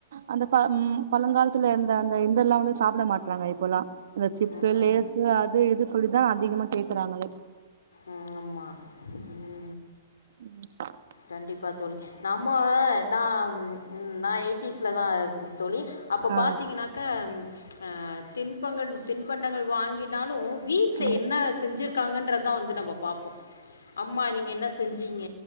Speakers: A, on the right; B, on the left.
A: அந்த ப ம் பழங்காலத்துல இருந்த அந்த இந்தெல்லா வந்து சாப்பிட மாட்டறாங்க இப்போல்லா இந்த சிப்ஸு
B: ம்
A: லேஸ்
B: ம்
A: அது இது சொல்லிதா அதிகமா கேக்குறாங்களே
B: ம் ஆமா ம்
A: ம்
B: கண்டிப்பா தோழி நம்ம நா நா எயிட்டிஸ்ல தா தோழி அப்போ
A: ஆ
B: பாத்தீங்கனாக்கா அ தின்பங்கன் தின்பண்டங்கள் வாங்கினாலு வீட்ல
A: ம்
B: என்ன செஞ்சிருக்காங்கன்றதா வந்து நம்ம பாப்போ அம்மா நீங்க என்ன செஞ்சீங்க